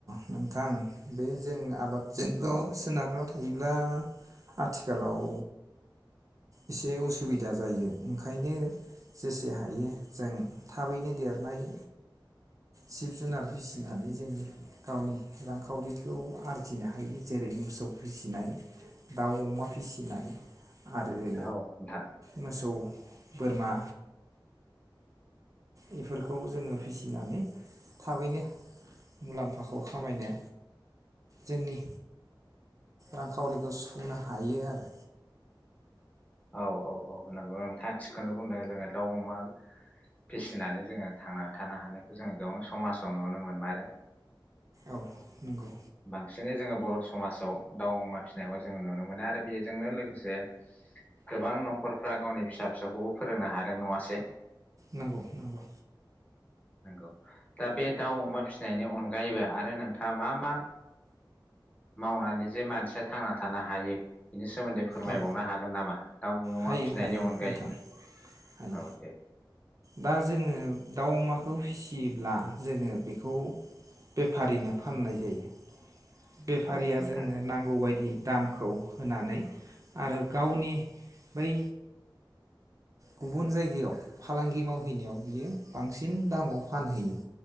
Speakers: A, on the right; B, on the left.
A: नोंथां बे जों आबादजों सोनारना थायोब्ला आथिखालाव एसे उसुबिदा जायो ओंखायनो जेसे हायो जों थाबैनो देरनाय जिब जुनार फिसिनानै जोंनि गावनि रांखावरिखौ आर सिनो हायो जेरै मोसौ फिसिनाय दाउ अमा फिसिनाय। आरो
B: औ नोंथां
A: मोसौ बोरमा। बेफोर खौ जोङो फिसिनानै थाबैनो। मुलाम्फाखौ खामायना जोंनि रांखावरिखौ सुफुंनो हायो आरो।
B: औ औ औ नंगौ नोंथाङा थिगखौनो बुंदों जोङो दाउ अमा फिसिनानै जोङो थांनानै थानो हानायखौ जोङो गोबां समाजाव नुनो मोनमारो।
A: औ नंगौ।
B: बांसिनै जोङो बर' समाजाव दाउ अमा फिसिनायखौ जोङो नुनो मोनो आरो बेजोंनो लोगोसे गोबां नख'रफ्रा गावनि फिसा फिसौखौबो फोरोंनो हादों नङासै।
A: नंगौ नगौ।
B: नंगौ दा बे दाउ अमा फिनायनि अनगायैबो आरो नोंथाङा मा मा मावनानै जे मानसिया थांना थानो हायो। बिनि सोमोन्दै फोरमायबावनो
A: औ
B: हागोन नामा? दाउ अमा
A: हायो
B: फिनायनि
A: हायो
B: अनगायैबो
A: नोंथां हायो
B: औ दे
A: दा जोङो दाउ अमाखौ फिसियोब्ला जोङो बेखौ बेफारिनो फाननाय जायो। बेफारिया
B: औ नोंथां
A: जोंनो नांगौबाय दि दामखौ होनानै आरो गावनि बै गुबुन जायगायाव फालांगि मावहैनायाव बियो बांसिन दामाव फानहैयो